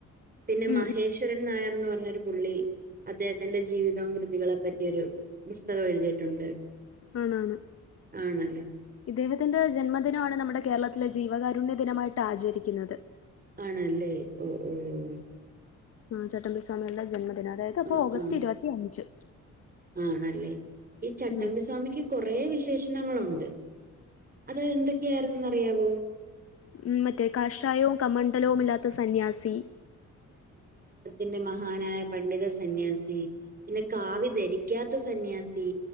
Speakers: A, on the right; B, on the left.
A: പിന്നെ
B: ഉം
A: മഹേശ്വരൻ
B: ഉം
A: നായർ എന്ന് പറഞ്ഞൊരു പുള്ളി അദ്ദേഹത്തിന്റെ ജീവിതവും കൃതികളെ പറ്റിയൊരു പുസ്തകം എഴുതിയിട്ടുണ്ട്.
B: ആണാണ്
A: ആണല്ലേ
B: ഇദ്ദേഹത്തിന്റെ ജന്മദിനമാണ് നമ്മുടെ കേരള ത്തിലെ ജീവകരുണ്യ ദിനമായിട്ട് ആചരിക്കുന്നത്.
A: ആണല്ലേ ഓ ഓ ഓ
B: ആ ചട്ടമ്പിസ്വാമിയുടെ ജന്മദിനം അതായത് അപ്പൊ
A: ആ
B: ഓഗസ്റ്റ്
A: ആ
B: ഇരുപത്തി അഞ്ച്
A: ആണല്ലേ ഈ ചട്ടമ്പി
B: ഉം
A: സ്വാമിക്ക് കൊറെ വി വിശേഷണങ്ങളുണ്ട് അത് എന്തൊക്കെ ആയിരുന്നുന്ന് അറിയാമോ
B: ഉ മറ്റേ കാഷായവും കമണ്ഡലവും ഇല്ലാത്ത സന്യാസി
A: ന്റെ മഹാനായ പണ്ഡിത സന്യാസി പിന്നെ കാവി ധരിക്കാത്ത സന്യാസി